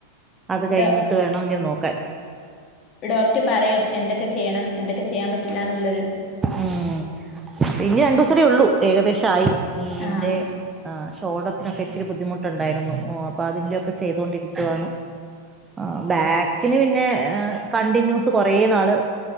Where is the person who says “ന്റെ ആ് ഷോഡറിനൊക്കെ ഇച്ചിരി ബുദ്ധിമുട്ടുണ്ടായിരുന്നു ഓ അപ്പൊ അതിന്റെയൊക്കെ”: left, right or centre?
Right